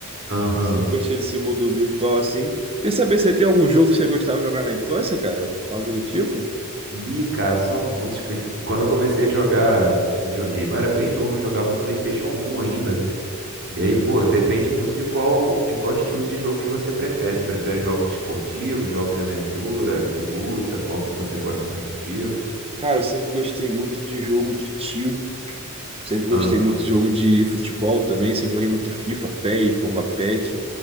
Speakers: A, on the right; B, on the right.
A: Aham.
B: Sempre gostei desse mundo virtual, assim. Quer saber se tem algum jogo que você gostava de jogar na infância, cara? Algo do tipo?
A: Ih, cara, são muitos. que- Quando eu comecei a jogar videogame, eu era bem novo, eu jogava no PlayStation 1 ainda. E aí, pô, depende muito de qual, de qual estilo de jogo que você prefere. Você prefere jogos esportivos, jogos de aventura, de luta, qual que você gosta mais de tiro?
B: Cara, eu sempre gostei muito de jogo de tiro. Sempre gostei
A: Aham.
B: muito de jogo de futebol também. Sempre joguei muito FIFA, PES, Bomba patch